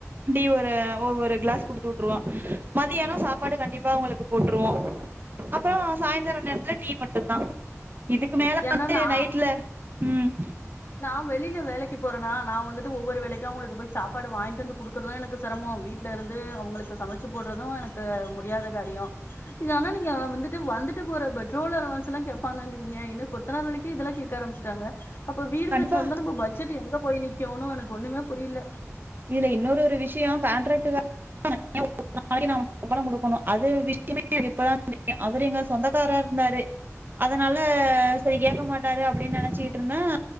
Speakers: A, on the right; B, on the left.
A: டீ ஒரு ஒவ்வொரு கிளாஸ் குடுத்து வுட்டுருவோ மதியானம் சாப்பாடு கண்டிப்பா அவுங்களுக்கு போட்டுருவோ அப்புறோ சாயந்தர நேரத்துல டீ மட்டுந் தா இதுக்கு மேல
B: ஏன்னா
A: வந்து
B: நா
A: நைட்ல ம்
B: நா வெளில வேலைக்கு போறனா நா வந்துட்டு ஒவ்வொரு வேலைக்கு அவுங்களுக்கு போய் சாப்பாடு வாங்கிட்டு வந்து குடுக்குற்லா எனக்கு செரமமோ வீட்ல இருந்து அவுங்களுக்கு சமச்சு போடுறதூ எனக்கு முடியாத காரியோ இது ஆனா நீங்க அ வந்துட்டு வந்துட்டு போற பெட்ரோல் அளவன்ஸ்ல்லா கேப்பாங்கிறீங்க என்ன கொ த்தனார் வேலைக்கி இதெல்லா கேக்க ஆரம்பிச்சிட்டாங்க அப்போ வீடு
A: கண்டிப்பா
B: கட்றதாருந்தா நம்ம பட்ஜெட் எங்க போய் நிக்கூனு எனக்கு ஒண்ணுமே புரியல
A: இதுல இன்னொரு ஒரு விஷயோ கான்ட்ராக்ட் கார பு ஆல்ரெடி நா சம்பளோ கொடுக்கனோ அது விஷ் யமே இப்ப தா தெரியூ அவரு எங்க சொந்தக்காரரா இரூந்தாரு அதனால சரி கேக்க மாட்டாரு அப்பிடின்னு நெனச்சக்கிட்டு இருந்தோ